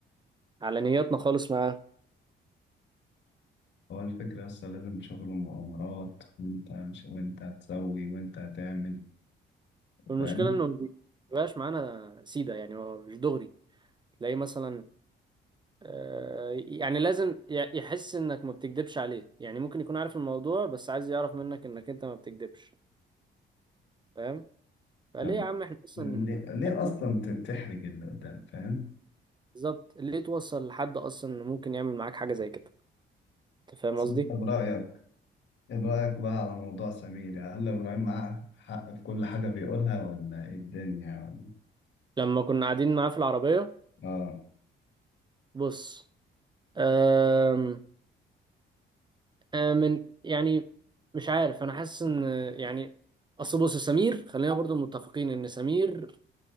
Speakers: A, on the right; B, on the left.
A: على نياتنا خالص معاه
B: هو الفكره يا اسطى لازم شغل مؤامرات وانت مش وانت هتسوي وانت هتعمل
A: والمشكله
B: فاهم
A: انه ما بيبقاش معانا سيده يعني هو مش دغري تلاقيه مثلا آه، يعني لازم ي- يحس انك ما بتكدبش عليه يعني ممكن يكون عارف الموضوع بس عايز يعرف منك انك انت ما بتكدبش فاهم فليه
B: طب
A: يا عم احنا اصلا
B: ليه, ليه
A: <laughs>
B: اصلا ت- تحرج اللي قدام فاهم
A: بالظبط ليه توصل لحد اصلا انه ممكن يعمل معاك حاجه زي كده انت فاهم
B: بس
A: قصدي
B: انت برأيك ايه رأيك بقى على موضوع سمير يعني هل إبراهيم معاه حق في كل حاجة بيقولها ولا ايه الدنيا يعني
A: لما كنا قاعدين معاه في العربيه
B: اه
A: بص آم، آم، من يعني مش عارف انا حاسس ان يعني اصل بص سمير خلينا برضو متفقين ان سمير